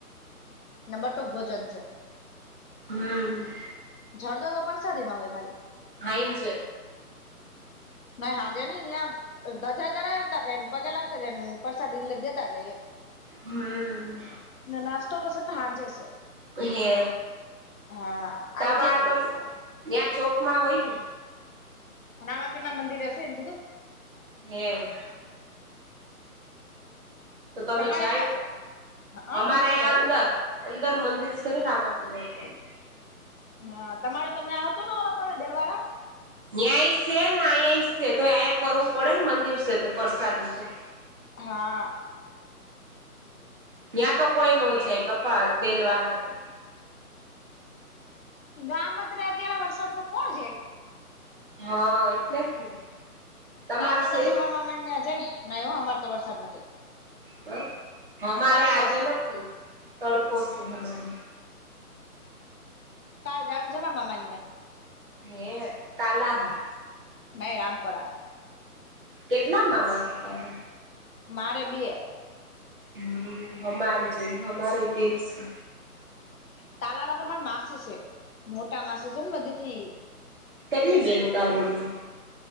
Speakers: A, on the left (about 60°); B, on the right (about 35°).
A: બટુંક ભોજન છે.
B: હમ્મ
A: જરદો તો પરસાદી માં હોય ખાલી-
B: હા, એમ છે.
A: નહી હાજે નઈ આમ ધજા ચઢાવતા જાય ને પગે લાગતા જાય ને પરસાદી દેતા જાય એમ,
B: હમ્મ
A: ના નાસ્તોતો શે ના હાજે શે.
B: હે
A: હા
B: તમાર
A: આઈ જે તુંય.
B: તો ત્યાં ચોક માં હોય ને-
A: રામાપી ના મંદિર હશે એમ કીધું-
B: હમ- તો તમે
A: તમારે
B: છે
A: ક્યાં હા
B: અમારા
A: અમે તો
B: અં
A: જાયું
B: અંદર- અંદર મંદિર છે ને રામા આપ દવાનું-
A: હા તમારે તનેયાં હતું ઓલો પડે દેલવારા-
B: ન્યાંય છે ને અહીં છે તો અહીંયા કરવું પડે ને મંદિર છે તો પરસાદી તો-
A: હા
B: ત્યાં તો કોઈ ન જાય પપ્પા દેલ વાળ તો-
A: ગામ અત્ર અત્યારે વરસાદ નું કોણ છે.
B: હા એટલે જ ને. તમારે
A: કાલ કદાચ
B: છે
A: અમારવામા્યા જાય નયો અમાર તો વરસાદ નથી?
B: <unintelligible> અમારે
A: તડકો
B: આજે
A: હશે
B: નથી તડકો સે અમારે-
A: કાલ જાણ જમા મામાનિયા-
B: હે, તાલાળા-
A: નાહી, રામપરા-
B: કેટલા મામા છે, તારે?
A: મારે બે-
B: હમ્મ અમારી જેમ અમારે બે જ છે,
A: તાલાળા તો મારા માસી છે મોટામાંથી છે, ને બધેથી ઈ-
B: કેટલી બેનો તારા મમ્મીને-